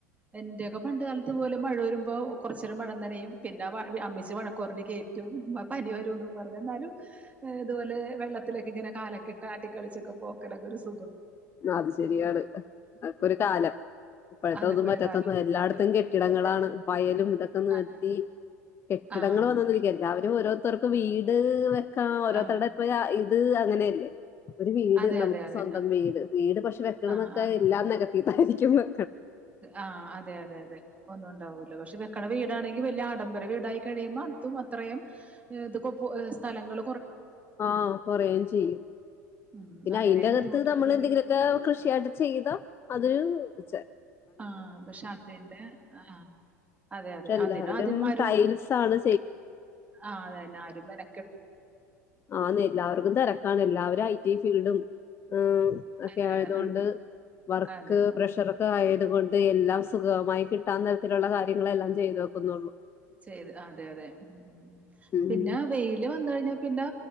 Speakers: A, on the right; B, on the left.
A: എ പണ്ട് കാലത്ത് പോലെ മഴ വരുമ്പോൾ കുറച്ച നേരം മഴനനയും പിന്നെ അമ്മിച്ചി വഴക്ക് പറഞ്ഞ് കയറ്റും ഇപ്പ പനി വരൂന് പറ പിന്നെന്താലും ഇതുപോലെ വെള്ളത്തിലൊക്കെ ഇങ്ങനെ കാലൊക്കെ ഇട്ട് ആട്ടി കളിച്ചൊക്കെ പോക്കലൊക്കെ റിസ്
B: അത് ശരിയാണ് അതക്കൊ ഒരു കാലം ഇപ്പോഴതൊന്നും
A: അതൊക്കെ
B: പറ്റാത്തന്നും
A: ഒരു കാലം
B: എല്ലാ തം കെട്ടിടങ്ങളാണ്
A: ഇപ്പൊ
B: വയലും ഇതൊക്കെ നിർത്തി
A: ആഹ്
B: കെട്ടിടങ്ങൾ
A: ആഹ്
B: വന്നന്നരിക്ക എല്ലാവരും ഓരോരുത്തർക്ക് വീട് ഓരോരുടെ
A: ആഹ്
B: <unintelligible> അത് അങ്ങനെയല്ലേ ഒരു വീട്
A: അതെ
B: നമുക്ക്
A: അതെ അതെ
B: സ്വന്തേം
A: ആഹ്
B: വീട് വീട് പക്ഷെ വെക്കണൊക്കെ
A: ആഹ് ആഹ്
B: എല്ലാ ഇതായിരിക്കു മ്
A: ആഹ് അതെ അതെ അതെ ഒന്നും ഇണ്ടാവൂല പക്ഷെ ക്കണെ വീടാണെങ്കി വല്യ ആഡംബര വീടായി കഴിയുമ്പ അതും അത്രേയും ഇത്ക്കും സ്ഥലങ്ങള
B: ആഹ് കൊറയും ചെയ്യും
A: ഉം
B: പിന്നെ
A: അങ്ങനെയും
B: അയിന്റെകത്ത്
A: ബുദ്ധിമുട്ടുകൾ
B: നമ്മള്
A: വരും
B: എന്തെങ്കിലുമൊക്കെ കൃഷിയായിട്ട് ചെയ്താ അത് വച്ച
A: ആഹ് പക്ഷെ അത്തിന്റെ ആഹ് അതെ
B: പക്ഷെ
A: അതെ
B: എല്ലാവരും
A: അതി ആദ്യം ആരും
B: ടൈൽസ് ആണ്
A: ആഹ് അതെന്നെ ആരും വെര
B: ആഹ് എല്ലാവർക്കും തെരക്കാണ് എല്ലാവരും ഐ ടി ഐ ഫീൽഡും ഉം ഒക്കെ
A: അതെ
B: ആയതോണ്ട്
A: ഉം
B: വർക്ക്
A: അതെ
B: പ്രഷർ ഒക്കെ ആയ തുകൊണ്ട് എല്ലാം സുഖ അവും കിട്ടാ തരത്തില്ള്ള കാര്യങ്ങളെല്ലാം ചെയ്തു വെക്കുന്നുള്ളൂ
A: ചെയ്ത് അതെ അതെ ഉം ഉം
B: ഉം
A: പിന്നെ വെയില് വന്ന് കഴിഞ്ഞാ പിന്നെ